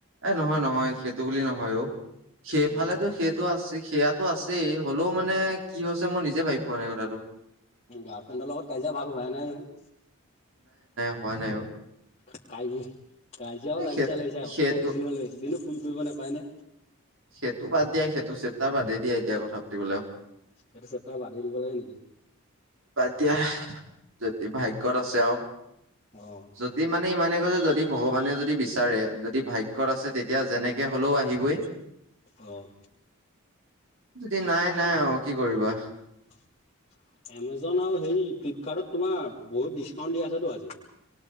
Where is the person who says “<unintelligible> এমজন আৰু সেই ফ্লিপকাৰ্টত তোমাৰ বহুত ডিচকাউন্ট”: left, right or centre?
Left